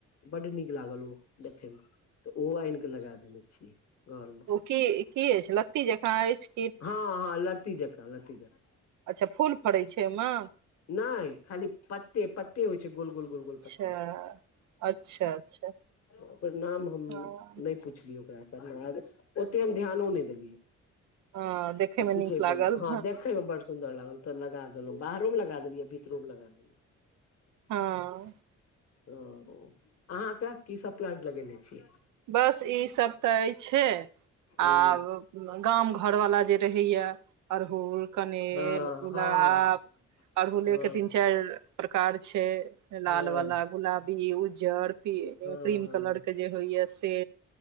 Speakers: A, on the left (about 55°); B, on the right (about 75°).
A: बड नीक लागल ओ देखयमे तऽ ओहो अइन क लगा देने छियै घर मे
B: ओ के-के अछि लत्ती जकाँ अइछ
A: हँ हँ लती जका लती जका
B: अच्छा फूल फड़ै छै ओईमे
A: नैइ खाली पत्ते पत्ते होइ छै गोल गोल गोल गोल प
B: अच्छा अच्छा अच्छा
A: ओकर नाम हम
B: हँ
A: नै पुछलियै ओकरासँ ओते हम ध्यानो नै देलियै
B: हँ देखयमे
A: पूछै
B: नीक लागल
A: पर हँ देखे मे बर सुन्दर लागल तऽ लगा देलउ बाहरो मे लगा देलियै भीतरो मे लगा देलियै
B: हँ
A: ओ अहाँके की सब प्लांट लगेने छीयय
B: बस ई सब तऽ अइछै आब
A: ओ
B: गाम घरवला जे रहैया अड़हुल कनैल
A: हँ
B: गुलाब
A: हँ
B: अड़हुले
A: हँ
B: के तीन चैर प्रकार छै लाल
A: हँ
B: वाला गुलाब की उज्जर क्रीम
A: हँ
B: कलर के जे होइया से